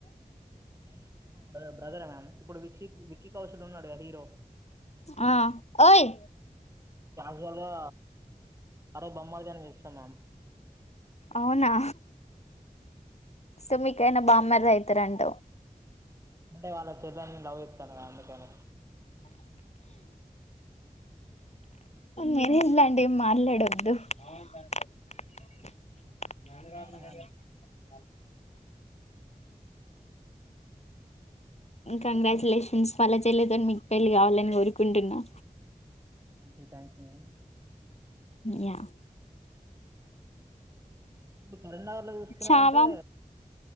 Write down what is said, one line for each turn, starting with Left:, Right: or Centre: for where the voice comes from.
Right: డైరెక్టర్ మా బ్ర బ్రదర అనాలి ఇప్పుడు విష్కి విక్కీ కౌశల్ ఉన్నాడుగా హీరో
Left: ఆ ఓయ్
Right: మాములుగా అరోజు బొమ్మలుగానివేసా మ్యామ్
Left: అవునా సో మీకాయన బామ్మరిది అయితారంట
Right: అంటే వాళ్ళ చెల్లెల్ని లవ్ చేత్తనా అందుకని
Left: నేను లండి ఏం మాట్లాడొద్దు <unintelligible>
Right: యా మ్యామ్,
Left: కంగ్రాచులేషన్స్ వాళ్ళ చెల్లతోని మీకు పెళ్లి కావాలని కోరుకుంటున్నా.
Right: అంతే థ్యాంక్ యూ
Left: యా
Right: ఇప్పుడు కరీంనగర్ లో చూసుకునామంటే
Left: చావా